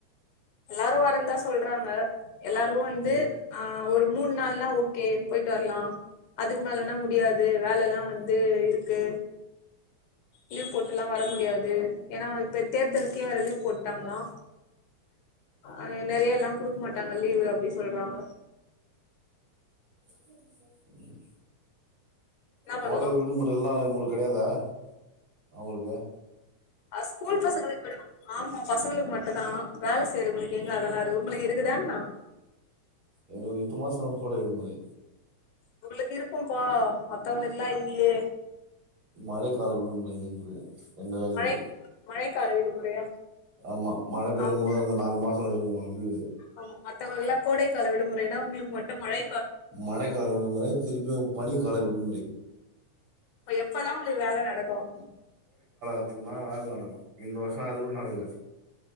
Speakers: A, on the left; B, on the right.
A: எல்லாரு வறந்தா சொல்றாங்க எல்லாரு வந்து
B: சரி.
A: ஆஹ் ஒரு மூணு நாள்லா ஓகே போயிட்டு வரலா அதுக்கு மேலன்னா முடியாது வேலலா வந்து இருக்கு லீவ் போட்டுலா வர முடியாது ஏன்னா இப்ப தேர்தலுக்கே வேற லீவ் போட்டாங்ளா அஹ் நெறையலா குடுக்க மாட்டாங்க லீவு அப்டி சொல்றாங்க
B: <unintelligible>
A: என்ன
B: கோடை
A: பண்லா
B: விடுமுறைலா உங்களுக்கு கெடையாதா அவங்களுக்கு
A: அது ஸ்கூல் பசங்களுக்கு விடுவாங்க ஆமா பசங்களுக்கு மட்டுதா வேல செய்றவங்களுக்கு எங்க அதெல்லா இருக்கு உங்களுக்கு இருக்குதான்னா
B: எங்களுக்கு எட்டு மாசோ கோடை விடுமுறை
A: உங்களுக்கு இருக்கும்பா மத்தவங்களுக்குலா இல்லியே
B: மழை கால விடுமுறை இங்க ரெண்டு வேலைக்கு
A: மழை மழைக்கால விடுமுறையா
B: ஆமா மழை பெயிம்
A: ஆமா
B: போது அந்த நாலு மாசம் குறையா இது
A: ஆமா மத்தவக்கெல்லாம் கோடைக்கால விடுமுறைன்னா உங்களுக்கு மட்டும் மழை
B: மழைக்கால விடுமுறை திருப்பியும் பனி கால விடுமுறை
A: எப்பதான் உங்களுக்கு வேலை நடக்கும்
B: அதான் வேலை நடக்கும் இந்த வருஷம் அது கூட நடக்கல